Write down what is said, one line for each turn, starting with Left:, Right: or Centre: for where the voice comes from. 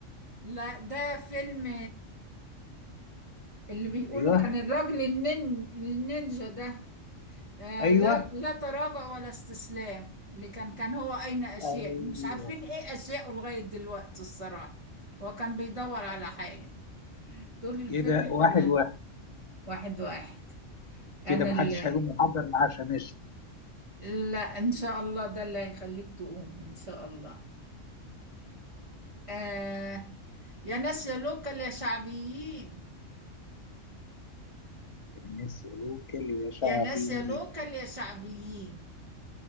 Right: لا ده فيلم اللي بيقولوا
Left: ايوه
Right: كان الراجل النين النينجا ده آه
Left: ايوه
Right: لا لا تراجع ولا استسلام اللي كان كان هو أين أشياء
Left: ايوه
Right: مش عارفين إيه أشياءه لغاية دلوقتي الصراحة هو كان بيدور على حاجة طول الفيلم
Left: كده واحد
Right: طلع
Left: واحد
Right: واحد واحد
Left: كده
Right: أنا
Left: محدش
Right: اللي
Left: هيقوم يحضر العشاء ماشي
Right: لا إن شاء الله ده اللي هيخليك تقوم إن شاء الله آه يا ناس يا لوكال يا شعبيين
Left: الناس يلوكل يا شعبي
Right: يا ناس يا لوكال يا شعبيين